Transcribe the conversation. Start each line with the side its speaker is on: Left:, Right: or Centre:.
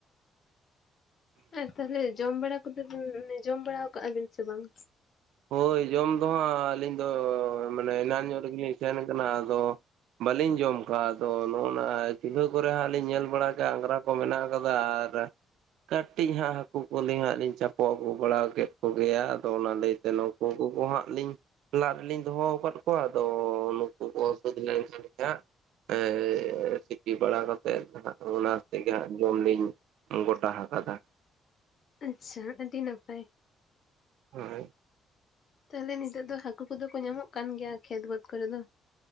Left: ᱟᱨ ᱛᱟᱦᱚᱞᱮ ᱡᱚᱢ ᱵᱟᱲᱟ ᱠᱚᱫᱚ ᱵᱤᱱ ᱡᱚᱢ ᱵᱟᱲᱟ ᱠᱟᱜᱼᱟ ᱵᱤᱱ ᱥᱮ ᱵᱟᱝ?
Right: ᱦᱳᱭ ᱡᱚᱢ ᱫᱚ ᱦᱟᱸᱜ ᱟᱹᱞᱤᱧ ᱫᱚ ᱢᱟᱱᱮ ᱮᱱᱟᱱ ᱧᱚᱜ ᱨᱤᱜᱤᱞᱤᱧ ᱥᱮᱱ ᱠᱟᱱᱟ ᱟᱫᱚ ᱵᱟᱹᱞᱤᱧ ᱡᱚᱢ ᱠᱟᱜᱼᱟ᱾ ᱟᱫᱚ ᱱᱚᱜᱚᱱᱟ ᱪᱩᱞᱦᱟᱹ ᱠᱚᱨᱮ ᱦᱟᱸᱜ ᱞᱤᱧ ᱧᱮᱞ ᱵᱟᱲᱟ ᱠᱟᱜ-ᱟ ᱟᱝᱜᱽᱨᱟ ᱠᱚ ᱢᱮᱱᱟᱜ ᱟᱠᱟᱫᱟ ᱟᱨ ᱠᱟᱹᱴᱤᱡ ᱦᱟᱸᱜ ᱦᱟᱹᱠᱩ ᱠᱚᱞᱤᱧ ᱦᱟᱸᱜ ᱞᱤᱧ ᱪᱟᱯᱚ ᱟᱹᱜᱩ ᱵᱟᱲᱟ ᱠᱮᱫ ᱠᱚ ᱜᱮᱭᱟ ᱟᱫᱚ ᱚᱱᱟᱞᱤ ᱥᱮ ᱱᱩᱠᱩ ᱠᱩ ᱠᱚᱦᱟᱸᱜ ᱞᱤᱧ ᱞᱟᱜᱞᱤᱧ ᱫᱚᱦᱚ ᱟᱠᱟᱫ ᱠᱚᱣᱟ ᱟᱫᱚ ᱱᱩᱠᱩ ᱠᱚ ᱚᱥᱩᱫ ᱞᱮᱱᱠᱷᱟᱱ ᱦᱟᱸᱜ ᱮ ᱥᱤᱯᱤ ᱵᱟᱲᱟ ᱠᱟᱛᱮᱜ ᱫᱚ ᱱᱟᱦᱟᱜ ᱚᱱᱟ ᱥᱮᱛᱮᱜ ᱜᱮ ᱦᱟᱸᱜ ᱡᱚᱢ ᱞᱤᱧ ᱜᱚᱴᱟ ᱦᱟᱠᱟᱫᱟ ᱾
Left: ᱟᱪᱪᱷᱟ ᱟᱹᱰᱤ ᱱᱟᱯᱟᱭ ᱾
Right: ᱦᱳᱭ
Left: ᱛᱟᱦᱚᱞᱮ ᱱᱤᱛᱚᱜ ᱫᱚ ᱦᱟᱠᱩ ᱠᱚᱫᱚ ᱠᱚ ᱧᱟᱢᱚᱜ ᱠᱟᱱ ᱜᱮᱭᱟ, ᱠᱷᱮᱛ ᱵᱟᱹᱫᱽ ᱠᱚᱨᱮ ᱫᱚ?